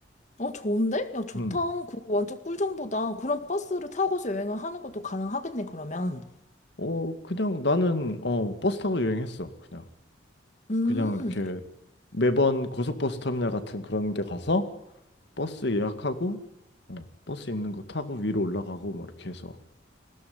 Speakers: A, on the left; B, on the left.
A: 어, 좋은데? 야, 좋다.
B: 음.
A: 그거 완전 꿀정보다. 그런 버스를 타고서 여행을 하는 것도 가능하겠네, 그러면.
B: 어, 그냥 나는 어, 버스 타고 여행했어. 그냥.
A: 음,
B: 그냥 이렇게 매번 고속버스 터미널 같은 그런 데 가서 버스 예약하고 어, 버스 있는 거 타고 위로 올라가고 뭐 이렇게 해서